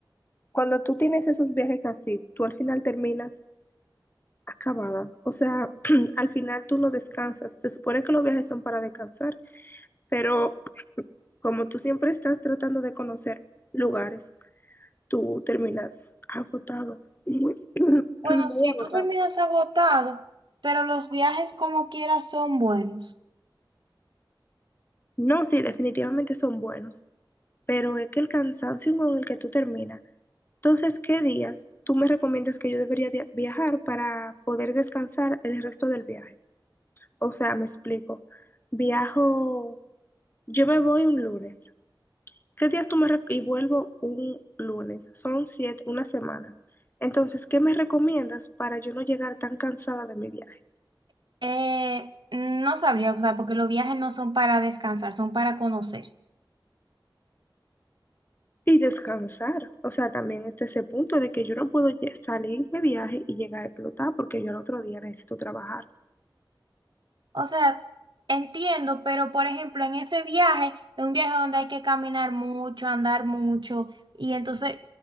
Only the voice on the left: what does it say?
cuando tú tienes esos viajes así, tú al final terminas acabada. O sea, <clears throat> al final tú no descansas. Se supone que los viajes son para descansar, pero como tú siempre estás tratando de conocer lugares, tú terminas agotado. Muy, <clears throat>
muy
agotado.
No, sí, definitivamente son buenos. pero es que el cansancio con el que tú terminas. Entonces, ¿qué días tú me recomiendas que yo debería de- viajar para poder descansar el resto del viaje? O sea, me explico. Viajo, yo me voy un lunes. ¿Qué días tú me rec- y vuelvo un lunes? Son siete, una semana. Entonces, ¿qué me recomiendas para yo no llegar tan cansada de mi viaje?
Y descansar. O sea, también este ese punto de que yo no puedo lle- salir de viaje y llegar a explotar porque yo al otro día necesito trabajar.